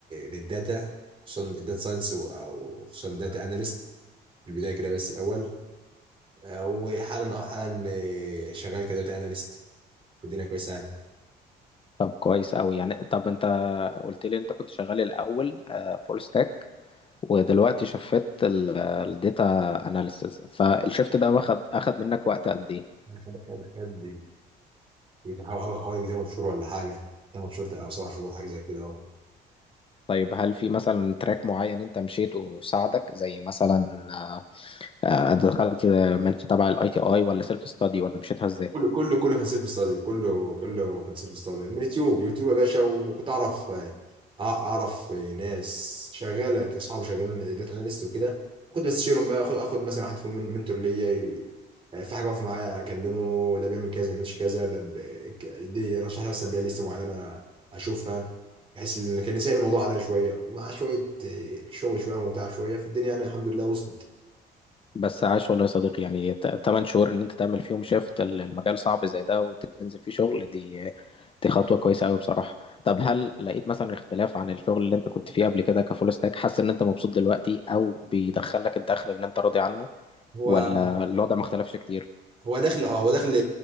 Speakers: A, on the right; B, on the left.
A: للداتا خصوصا الداتا ساينس وخصوصا داتا اناليست في البدايه كده بس الاول آه، وحالا اه حالا آه، شغال كداتا اناليست والدنيا كويسه يعني
B: طب كويس أوي يعني طب أنت قلت لي أنت كنت شغال الأول فول ستاك ودلوقتي شفت الداتا أناليسيس فالشفت ده واخد أخد منك وقت قد إيه؟
A: انا خد خد خد بيتحول حوالي 8 شهور ولا حاجه 8 شهور او 7 شهور حاجه زي كده اه
B: طيب هل في مثلا تراك معين أنت مشيته وساعدك زي مثلا آه، آه، دخلت من تبع الأي تي أي ولا سيلف ستادي ولا مشيتها إزاي؟
A: كله كله كله كان سيلف ستادي كله كله كان سيلف ستادي من يوتيوب يوتيوب يا باشا و- وكنت اعرف آه، اعرف ناس شغاله كاصحاب شغالين داتا اناليست وكده كنت بستشيرهم بقى اخد اخد مثلا واحد فيهم من- منتور ليا يعني في حاجه واقفه معايا اكلمه ده بيعمل كذا ما بيعملش كذا ده ب... ك- يدي يرشح لي مثلا بلاي ليست معينه اشوفها بحيث ان كان يسهل الموضوع عليا شويه ومع شويه آه، شغل شويه ومتعه شويه في الدنيا يعني الحمد لله وصلت
B: بس عاش والله يا صديقي يعني ت- تمن شهور ان انت تعمل فيهم شيفت المجال صعب زي ده وتنزل فيه شغل دي دي خطوة كويسة قوي بصراحة طب هل لقيت مثلا اختلاف عن الشغل اللي انت كنت فيه قبل كده كفول ستاك حاسس ان انت مبسوط دلوقتي او بيدخلك الدخل اللي انت راضي عنه
A: هو
B: ولا الوضع ما اختلفش كتير
A: هو داخل اه هو داخل